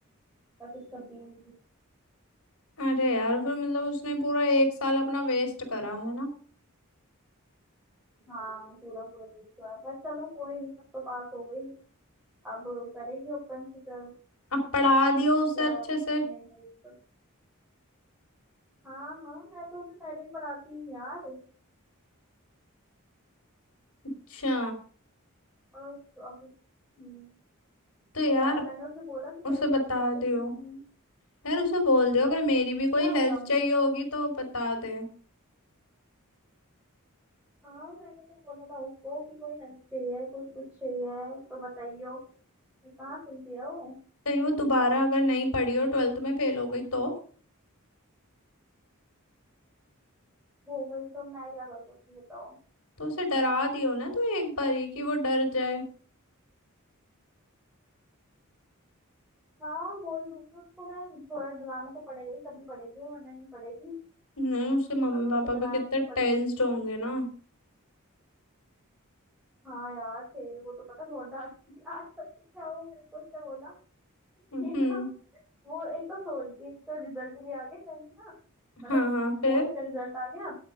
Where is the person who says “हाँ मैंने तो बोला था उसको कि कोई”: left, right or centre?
Centre